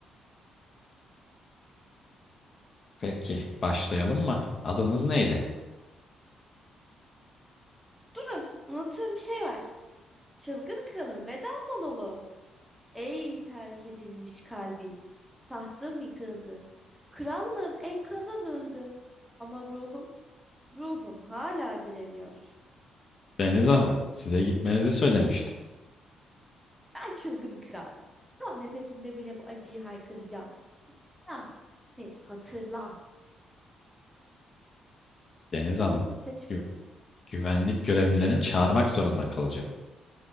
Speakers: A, on the left (about 45°); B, in the centre.
A: Peki, başlayalım mı? Adınız neydi?
B: Durun, unuttuğum bir şey var. Çılgın Kral'ın veda monoloğu. Ey terk edilmiş kalbim, tahtım yıkıldı. Krallığım enkaza döndü. Ama ruhum, ruhum hala direniyor.
A: Deniz Hanım, size gitmenizi söylemiştim.
B: Ben çılgın kral. Son nefesimde bile bu acıyı haykıracağım. Ya, ne, hatırla.
A: Deniz Hanım,
B: Bu, bu seçim
A: gü- güvenlik görevlilerini çağırmak zorunda kalacağım.